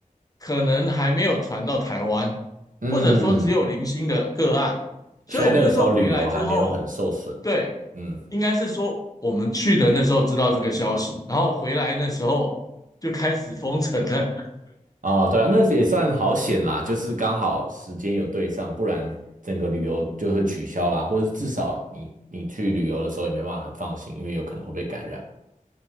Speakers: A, on the left; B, on the right.
A: 可能还没有传到台湾，
B: 嗯，
A: 或者说只有零星的个案。所以我们那时候回来之后，
B: 所以那个时候旅游还没有很受损。
A: 对，
B: 嗯，
A: 应该是说我们去的那时候知道这个消息，然后回来那时候就开始封城了。
B: 哦，对啊，那也算好险啦，就是刚好时间有对上，不然整个旅游就会取消啦，或是至少你你去旅游的时候也没办法很放心，因为有可能会被感染。